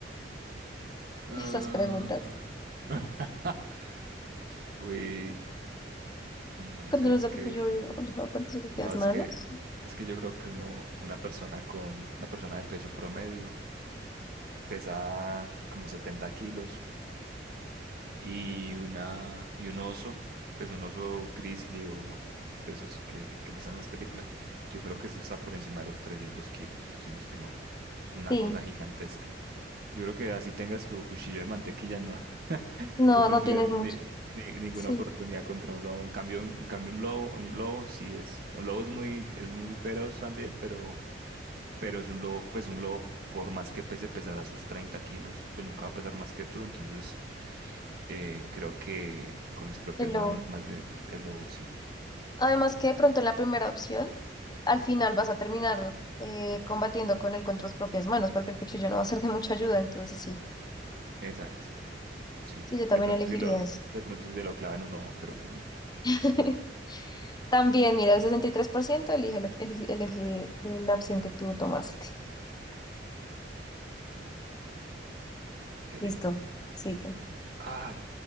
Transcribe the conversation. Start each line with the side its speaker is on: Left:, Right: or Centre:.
Right: Ah.
Left: <laughs> Esas preguntas.
Right: <laughs> Uy, no
Left: Cuando
Right: sé,
Left: los
Right: es
Left: de
Right: que,
Left: Papu yo digo, un lobo con tus propias
Right: no, es
Left: manos.
Right: que, es que yo creo que uno, una persona con, una persona de peso promedio pesa como 70 kilos. y una y un oso, pues un oso grizzly o de esos que, que muestran en las películas. Yo creo que eso está por encima de los 300 kilos, si no estoy mal. Es una
Left: Sí,
Right: cosa gigantesca. Yo creo que así tengas tu cuchillo de mantequilla, no, <laughs>
Left: no,
Right: no tendrías
Left: no tienes
Right: ni-
Left: mucho.
Right: ni- ninguna
Left: Sí,
Right: oportunidad contra un lobo. En cambio, en cambio un lobo, un lobo sí es, un lobo es muy, es muy feroz también, pero pero es un lobo, pues un lobo, por más que pese pesará sus 30 kilos, pues nunca va a pesar más que tú, entonces eh, creo que con mis propias
Left: el
Right: manos,
Left: lobo.
Right: más bien el lobo, sí,
Left: Además que de pronto en la primera opción, al final vas a terminar eh, combatiendo con él con tus propias manos, porque el cuchillo no va a ser de mucha ayuda, entonces sí,
Right: exacto, sí,
Left: sí, yo también
Right: de pronto
Left: elegiría
Right: sí lo,
Left: eso.
Right: de pronto sí se lo clava en un ojo, pero mm,
Left: <laughs> También, mira, el 63% elige, lo- elige- elige la opción que tú tomaste.
Right: ok,
Left: Listo, sigue.
Right: ay,